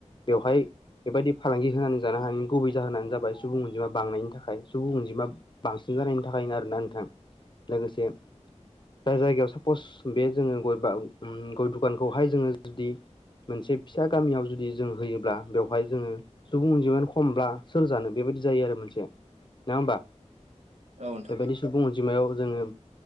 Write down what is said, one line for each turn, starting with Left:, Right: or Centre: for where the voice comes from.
Left: बेवहाय बेबायदि फालांगि होनानै जानो हानायनि गुबै जाहोनानो जाबाय सुबुं अनजिमा बांनायनि थाखाय सुबुं अनजिमा बांसिन जानायनि थाखायनो आरोना नोंथां लोगोसे जाय जायगायाव सापस बे जोङो गय बा गय दुखानखौहाय जोङो जुदि मोनसे फिसा गामियाव जुदि जों होयोब्ला बेवहाय जोङो सुबुं अनजिमानो खमब्ला सोर जानो बेबायदि जायो आरो मोनसे नङा होमबा
Right: दं औ नोंथां
Left: बेबायदिस अनजिमायाव जोङो